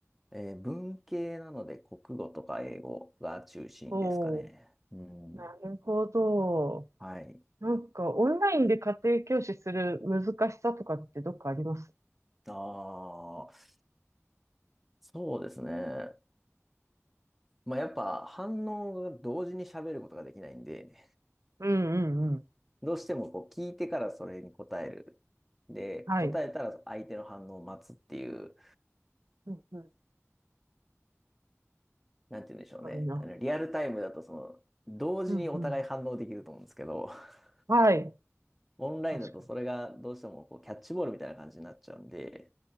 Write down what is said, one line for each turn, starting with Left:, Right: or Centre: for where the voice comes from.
Centre: えー文系なので国語とか英語が中心ですかね。
Right: おお
Centre: うん。
Right: ー。なるほど。
Centre: はい。
Right: なんか、オンラインで家庭教師する難しさとかってどっかあります
Centre: ああ、そうですね。まあ、やっぱ反応が同時に喋ることができないんで、
Right: うんうんうん。
Centre: どうしてもこう聞いてからそれに答える。で、
Right: はい。
Centre: 答えたら相手の反応を待つっていう
Right: うんうん。
Centre: なんて言うんでしょうね。
Right: かみんな。
Centre: あの、リアルタイムだとその、同時にお互い反応できると思うんですけど、
Right: うんうん。
Centre: <laughs>
Right: はい。
Centre: オンラインだとそれがどうしてもこうキャッチボールみたいな感じになっちゃうんで、
Right: 確かに。